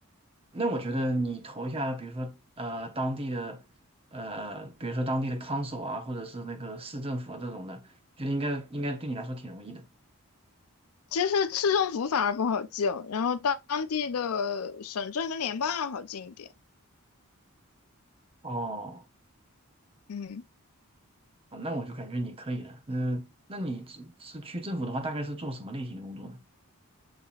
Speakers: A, on the right (about 25°); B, on the left (about 75°).
A: 那我觉得你投一下，比如说呃当地的呃，比如说当地的 council 啊，或者是那个市政府啊这种的，觉得应该应该对你来说挺容易的。
B: 其实市政府反而不好进，然后当地的省政跟联邦要好进一点。
A: 哦，
B: 嗯
A: 哦那我就感觉你可以的。嗯、那你是是去政府的话，大概是做什么类型的工作呢？